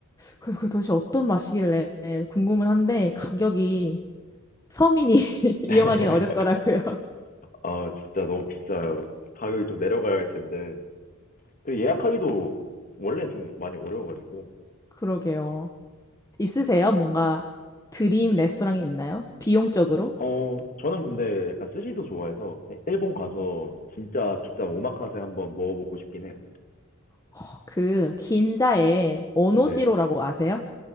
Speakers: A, on the left; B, on the left.
A: 그래서 그 도대체 어떤 맛이길래 궁금은 한데 가격이 서민이 <laughs>
B: <laughs>
A: 이용하기는 어렵더라고요. <laughs>
B: 아, 진짜 너무 비싸요. 가격이 좀 내려가야 할 텐데. 그리고 예약하기도 원래 좀 많이 어려워가지고.
A: 그러게요. 있으세요? 뭔가 드림 레스토랑이 있나요? 비용적으로?
B: 어, 저는 근데 약간 스시도 좋아해서 그냥 일본 가서 진짜 비싼 오마카세 한번 먹어보고 싶긴 해요.
A: 어, 그 긴자에 오노지로라고
B: 네.
A: 아세요?